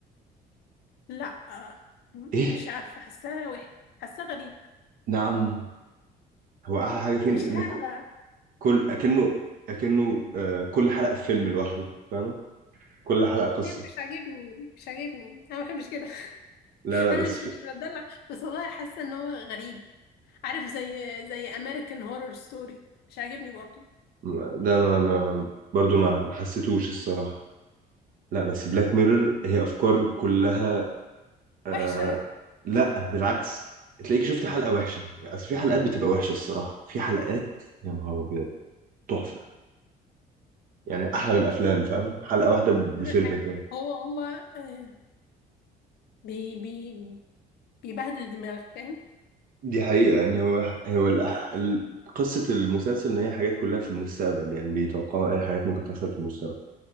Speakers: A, on the left; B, on the right.
A: لا م-
B: ايه؟
A: مش عارفه حاساها وحش حاساه غريب
B: نعم هو احلى حاجه فيه
A: مش
B: ان
A: عارفه
B: ك- كل اكنه اكنه آه، كل حلقه في فيلم لوحده فاهمه كل حلقه قصه
A: هي مش عاجبني مش عاجبني انا ما بحبش كده <laughs>
B: لا لا
A: انا
B: بس
A: مش
B: في...
A: مش بتدلع بس والله حاسه ان هو غريب عارف زي زي امريكان هورر ستوري مش عاجبني برضه
B: ما- ده ما, ما برضو ما ما حسيتوش الصراحه لا بس بلاك ميرور هي افكار كلها آه...
A: وحشه
B: لا بالعكس تلاقيك شفت حلقه وحشه يعني أصل في حلقات بتبقى وحشه الصراحه في حلقات يا نهار ابيض تحفه يعني احلى من الافلام فاهمه حلقه واحده بفيلم
A: ولا حاجه
B: كده
A: هو هو آه، بي بي بيبهدل دماغك فاهم
B: دي حقيقة يعني هو هو الأح- ال- قصة المسلسل إن هي حاجات كلها في المستقبل يعني بيتوقعوا أي حاجات ممكن تحصل في المستقبل